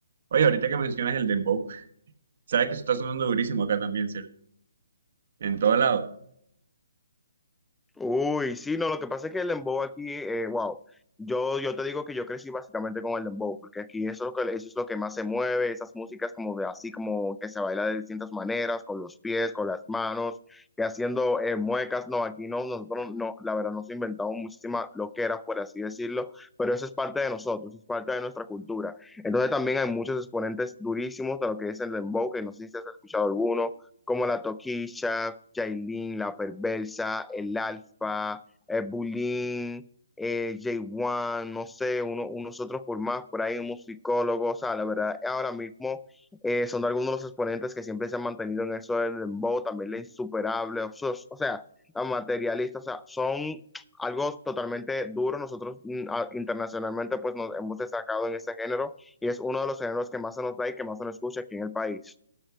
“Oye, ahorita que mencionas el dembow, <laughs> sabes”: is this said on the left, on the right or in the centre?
Right